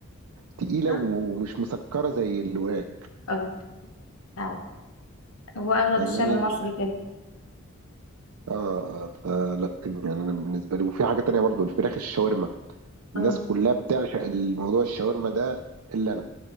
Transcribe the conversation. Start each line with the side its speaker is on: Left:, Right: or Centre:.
Right: تقيله
Left: صح
Right: ومش مسكره زي الوراك
Left: اه اه هو اغلب
Right: فاهماني
Left: الشعب المصري كده
Right: اه آه، آه، لا يعني انا بالنسبه لي وفي حاجه تانية برضو الفراخ الشاورما
Left: اه
Right: الناس كلها بتعشق الموضوع الشاورما ده الا انا